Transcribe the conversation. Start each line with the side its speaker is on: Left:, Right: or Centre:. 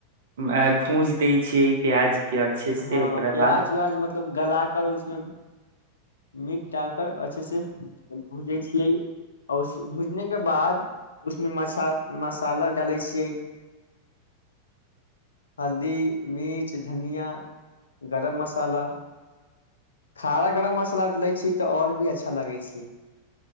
Right: अ भूज दै छियै ई प्याज के अच्छे से
Left: हँ
Right: ओकरा
Left: प्याज
Right: बाद
Left: व्यज मतलब गला कर उसमे मीट डाल कर अच्छे से भूजै छियै आ उ भूजने के बाद उसमे मछा मसाला डाले छियै हल्दी मिीर्च धनिया गरम मसाला खाना गरम मसाला लै छी तऽ आओर भी अच्छा लगै छै